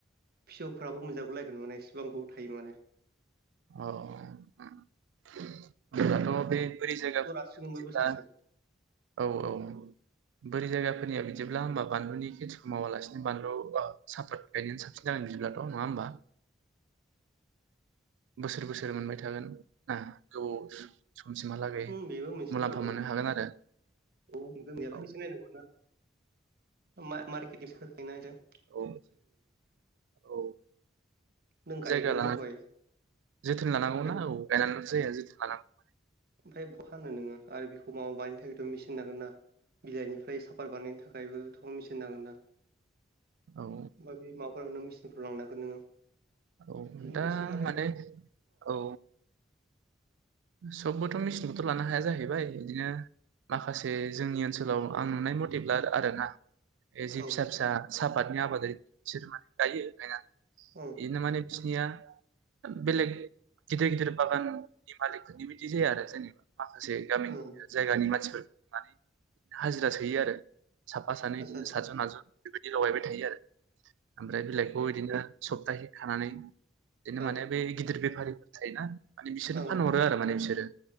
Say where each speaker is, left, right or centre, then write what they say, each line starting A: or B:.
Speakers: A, on the right; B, on the right.
A: फिसौफ्राबो मोनजागुलायगोन माने इसेबां गोबाव थायो माने
B: अ ओम <unintelligible> बे बोरि जायगाफोरनिया
A: जरासेनो
B: बिदिब्ला
A: ओमफ्राय बोसोरसे
B: औ औ बोरि जायगाफोरनिया बि बिदिब्ला होमबा बानलुनि खेथिखौ मावालासिनो बानलु ओ साफत गायनायानो साबसिन जागोन बिदिब्लाथ' नङा होनबा बोसोर बोसोर मोनबाय थागोन ना गोबाव समसिमहालागै
A: ओम बेबो मोनसे
B: मुलाम्फा
A: बारु
B: मोननो हागोन आरो
A: औ <unintelligible> नायनांगौ
B: औ
A: मा मारकेटनि <unintelligible>
B: औ औ
A: नों गायगोनल'
B: जायगा लानानै
A: हय
B: जोथोन लानांगौना
A: ओमफ्राय
B: औ गायनानैल जाया जोथोन लानांगौ।
A: ओमफ्राय बहा हानो नोङो आरो बेखौ माबा बानायनो थाखायथ मेचिन नांगोन ना बिलाइनिफ्राय साफात बानायनो थाखायबोथ मेचिन नांगोन ना।
B: औ
A: माबि माव फोराननो मेसिनफ्राव लांनागोन नोङो
B: औ
A: बेनो
B: दा
A: एसे
B: माने औ सबबोथ' मेचिनखौथ' लानो हाया जाहैबाय इदिनो माखासे जोंनि ओनसोलाव आं नुनाय मथेब्ला आर आरोना एह जे
A: औ
B: फिसा फिसा आफादनि आबादारि बिसोरो माने गायो गायना
A: ओं
B: इनो माने बिसिनिया बेलेग गिदिर गिदिर बागान मालिक फोरनि बादि जाया आरो जोंनिबा माखासे गामि
A: ओं
B: जायगानि मानसिफोर मारै हाजिरा सोयो आरो साफा सानै
A: आदसा
B: इदिनो
A: आदसा
B: सातजन आतजन बिबा दि लगायबाय थायो आरो आमफ्राय बिलाइखौ इदिनो सप्ताहै खानानै बिदिनो
A: ओं
B: माने बे गिदिर बे‌ बेफारिफोर थायोना मानि बिसोरो
A: ओं
B: फानहरो आरो माने बिसोरो